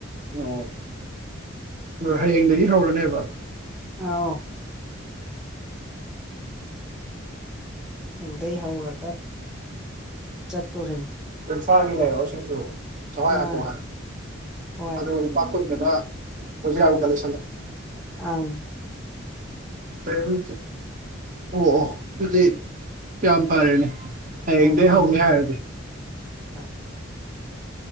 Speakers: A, on the right (about 40°); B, in the centre.
A: ꯑꯣ ꯑꯥ ꯍꯌꯦꯡꯗꯒꯤ ꯍꯧꯔꯅꯦꯕ꯫
B: ꯑꯥꯎ ꯍꯌꯦꯡꯗꯩ ꯍꯧꯔꯒ ꯆꯠꯇꯣꯔꯤꯅꯤ꯫
A: ꯏꯝꯐꯥꯜꯒꯤ ꯂꯩꯑꯣꯁꯤꯡꯗꯨ ꯆꯋꯥꯏ
B: ꯑꯥ
A: ꯍꯥꯥꯞꯄꯣ ꯍꯥꯏ
B: ꯍꯣꯏ
A: ꯑꯗꯨꯒ ꯂꯨꯄꯥ ꯀꯨꯟꯒꯗ ꯕꯨꯖꯤꯌꯥ ꯒꯨꯝꯕ ꯂꯩꯁꯜꯂꯣ꯫
B: ꯑꯪ
A: ꯑꯣ ꯑꯣ ꯑꯗꯨꯗꯤ ꯌꯥꯝ ꯐꯔꯦꯅꯦ꯫ ꯍꯌꯦꯡꯗꯩ
B: ꯎꯝ
A: ꯍꯧꯅꯤ ꯍꯥꯏꯔꯗꯤ
B: ꯎꯝ